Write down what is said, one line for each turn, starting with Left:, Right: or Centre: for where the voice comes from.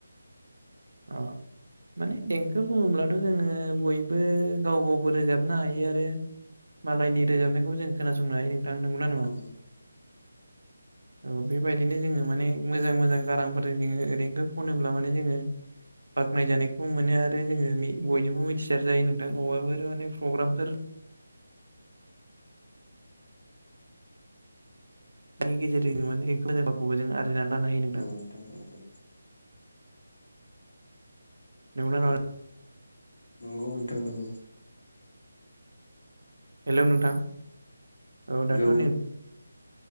Right: अ माने देंखो बुङोब्लाथ' जोङो बयबो गाव गावबो रोजाबनो हायो आरो मालायनि रोजाबनायखौ जों खोनासंनो हायो नोंथां नंगौना नङा
Left: औ औ
Right: औ बेबायदिनो जोङो माने मोजां मोजां गारांफोरजों जोङो ओरैनोथ' खनोब्ला माने जोङो बाख्नायजानायखौबो मोनो आरो जोङो मि बयनिबो मिथिसार जायो नोंथां अबावफोर माने प्रग्रामफोर नि गेजेरजों माने <unintelligible> लानो हायो
Left: औ नोंथां औ औ
Right: नंगौना नङा नों
Left: नंगौ नोंथां नोंगौ
Right: हेलौ नोंथां औ
Left: हेलौ
Right: दाथ' नै